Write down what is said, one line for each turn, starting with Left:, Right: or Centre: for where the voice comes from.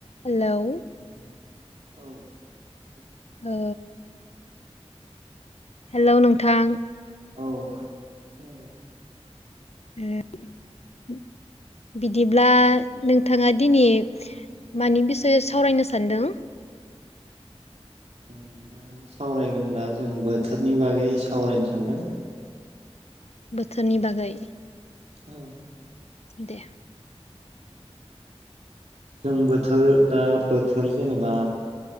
Left: Hello
Right: <inaudible>
Left: ओ हेल' नोंथां
Right: औ खोनादों
Left: ओ बिदिब्ला नोंथाङा दिनै मानि बिसयाव सावरायनो सानदों
Right: जों दा सावरायगोन दा जों बोथोरनि बागै सावरायनो सानदों
Left: बोथोरनि बागै
Right: औ
Left: दे
Right: जों बोथोर दा बोथोर जेनेबा